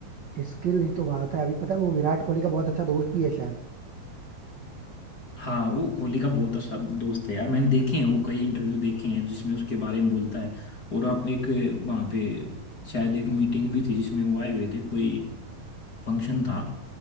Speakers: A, on the right; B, on the left.
A: स्किल ही तो बात है अभी पता है वो विराट कोहली का बहुत अच्छा दोस्त भी है शायद
B: हाँ वो कोहली का बहुत अच्छा दोस्त है यार मैंने देखे हैं वो कई इंटरव्यू देखे हैं जिसमें उसके बारे में बोलता है और आप एक वहाँ पे शायद एक मीटिंग भी थी जिसमें वो आए हुए थे कोई फंक्शन था